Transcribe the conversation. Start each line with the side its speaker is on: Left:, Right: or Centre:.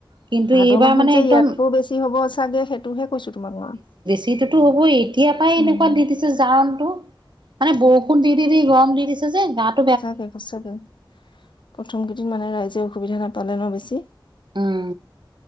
Right: কিন্তু
Left: ভাদৰ
Right: এইবাৰ
Left: মাহত
Right: মানে
Left: যে
Right: একদম
Left: ইয়াতকো বেছি হ'ব চাগে, সেইটোহে কৈছো তোমাক মই।
Right: সেইটোতো হ'বই। ইয়াৰ পৰাই
Left: উম
Right: এনেকুৱা দি দিছে জাৰনটো মানে, বৰষুণ দি দি দি গৰম দি দিছে যে গাত
Left: সঁচাকে, সঁচাকে প্ৰথম কেইদিন মানে ৰাইজে অসুবিধা নাপালে ন' বেছি?
Right: উম